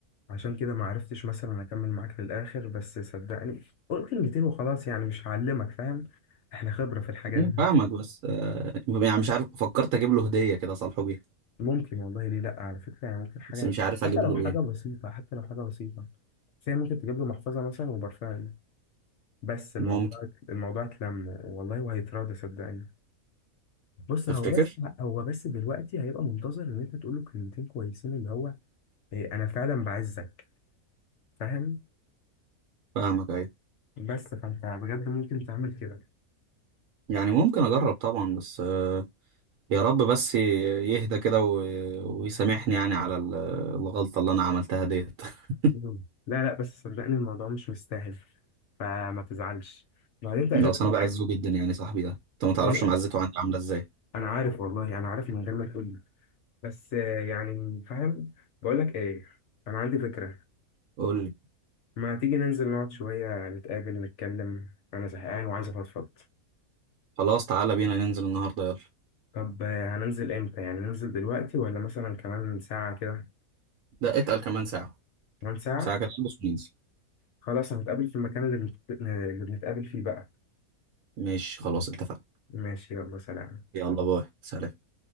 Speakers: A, on the left (about 65°); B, on the right (about 70°).
A: عشان كده ما عرفتش مثلا اكمل معاك للاخر بس صدقني قول كلمتين وخلاص يعني مش هعلمك فاهم احنا خبره في الحاجات
B: يعني
A: دي
B: فاهمك بس آه، يعني مش عارف فكرت أجيب له هدية كده أصالحه بيها
A: ممكن والله ليه لا على فكرة يعني ممكن حاجة
B: بس مش عارف أجيب
A: حتى لو
B: له
A: حاجة بسيطة حتى لو حاجة بسيطة فهي ممكن تجيب له محفظة مثلا وبرفان بس الموضوع
B: إيه
A: الموضوع اتلم والله وهيتراضى صدقني بص
B: تفتكر
A: هو بس هو بس دلوقتي هيبقى منتظر ان انت تقول له كلمتين كويسين اللي هو إيه انا فعلا بعزك فاهم
B: فاهمك ايوه
A: بس فانت بجد ممكن تعمل كده
B: يعني ممكن اجرب طبعا بس آه، يا رب بس ي- يهدى كده و- ويسامحني يعني على ال- الغلطة اللي انا عملتها ديت <laughs>
A: مم. لا لا بس صدقني الموضوع مش مستاهل فما تزعلش بعدين تقريبا
B: اصل انا بعزه جدا يعني صاحبي ده انت ما تعرفش
A: إيه،
B: معزته عندي عاملة ازاي
A: انا عارف والله انا عارف من غير ما تقول بس آه، يعني فاهم بقول لك ايه انا عندي فكرة
B: قول لي
A: ما تيجي ننزل نقعد شوية يعني نتقابل نتكلم انا زهقان وعايز افضفض
B: خلاص تعالى بينا ننزل النهاردة يلا
A: طب آه، هننزل امتى يعني ننزل دلوقتي ولا مثلا كمان ساعة كده
B: ده اتقل كمان ساعة
A: كمان ساعة
B: ساعة كده نلبس وننزل
A: خلاص هنتقابل في المكان اللي بنت... اللي بنتقابل فيه بقى
B: ماشي خلاص اتفقنا
A: ماشي يلا سلام
B: يلا باي سلام